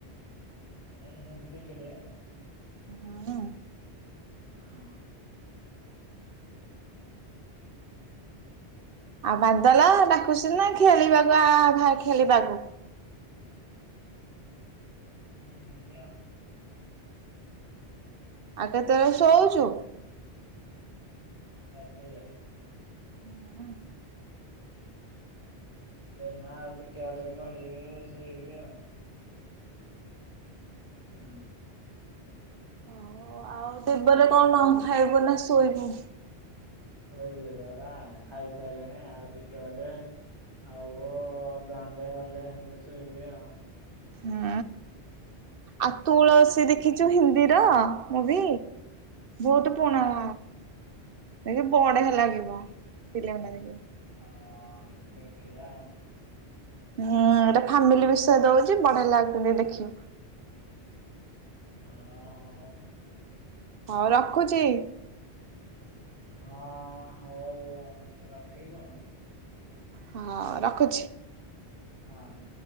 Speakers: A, on the left (about 25°); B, on the right (about 60°).
A: ହଁଁ ଦିଟ କେଟେ
B: ହଁ
A: ହଁ
B: ଆଉ ବାଦଲ ଡାକୁଛି ନା ଖେଳିବାକୁ ଆ ଘ ଖେଳିବାକୁ
A: ହଁ ହେନିତି
B: ଆଗ ତର ଶଉଛୁ,
A: ରାତିରେ <inaudible>
B: ହଁ
A: ଏଇନା ଆଉ ଟିକେ ହେଲେ ଗଡିବେ ଶୋଇବି ଆଉ ହୁଁ
B: ହ ଆଉ ସେବେ କଣ ଖାଇବୁ ନା ଶୋଇବୁ
A: ଶୋଇବି ପରା ଖାଇସାରିଲେଣି ଆଉ ଟିକେ ଗଲେ ଆଉ ଦଣ୍ଡେ ଗଲେ ସେମତି ଶୋଇବି ଆଉ
B: ହଁ ଆଉ ତୁଳ ସେ ଦେ ଦେଖିଛୁ ହିନ୍ଦୀର ମୁଭି ବହୁତ
A: ନାଇଁ
B: ପୁଣ ଲ
A: ନାଇଁ
B: ଦେ <inaudible> ବଢ ଲାଗିବ ଫମ
A: ହ ଦେଖିଆ
B: ହୁଁ ଏଟା ଫାମିଲି ବିଷୟ ଦଉଛି ବଢିଆ ଲାଗୁଛନ୍ତି ଦେଖିବ।
A: ହଁ ହଁ
B: ହଁ ରଖୁଛି
A: ହଁ ହଉ ରଖିବୁ ଆ
B: ହଁ ରଖୁଛି
A: ହଁ ହଁ।